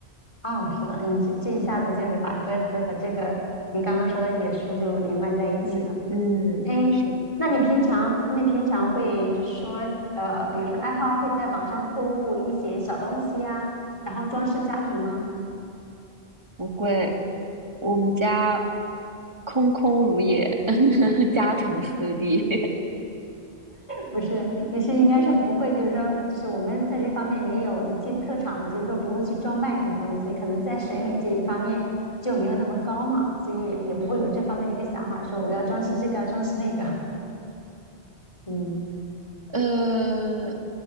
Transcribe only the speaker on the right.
<laughs> 嗯嗯，
是
不会，我们家空空如也，<laughs> 家徒四壁。
<laughs>
嗯。
呃，